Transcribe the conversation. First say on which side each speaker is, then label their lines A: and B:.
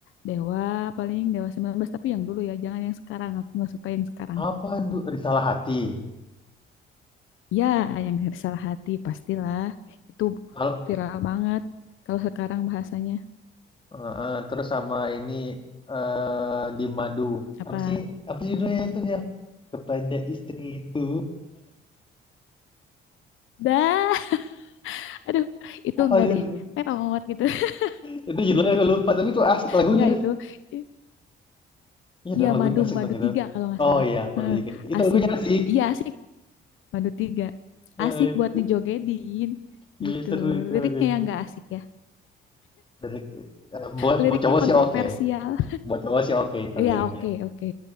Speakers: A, on the left; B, on the left.
A: Dewa paling Dewa 19 tapi yang dulu ya, jangan yang sekarang. Aku nggak suka yang sekarang.
B: Apa yang tuh? Di Hati.
A: Ya, yang salah hati pastilah. Itu
B: Kalau
A: viral banget kalau sekarang bahasanya
B: eh, eh, terus sama ini eh di Madu.
A: apa?
B: Apa sih? Apa sih judulnya itu ya? Kepada istri itu.
A: Dah. Aduh,
B: <laughs>
A: itu
B: Apa
A: enggak
B: sih?
A: deh. Terong gitu. <laughs>
B: Itu judulnya aku lupa, tapi itu asik lagunya.
A: Enggak itu. I-
B: Iya
A: Iya,
B: dong lagunya
A: madu
B: asik
A: madu
B: dong itu.
A: tiga kalau nggak
B: Oh
A: salah.
B: iya, udah
A: Heeh,
B: juga itu. Itu
A: Asik.
B: lagunya asik.
A: Iya, asik. Madu tiga.
B: Eh,
A: Asik buat
B: itu,
A: dijogedin
B: iya
A: gitu.
B: seru itu
A: Liriknya
B: lagunya.
A: yang enggak asik ya.
B: Dari, eh, buat
A: Liriknya
B: buat cowok
A: kontroversial.
B: sih oke. Buat cowok sih oke itu
A: Iya,
B: liriknya.
A: oke, oke.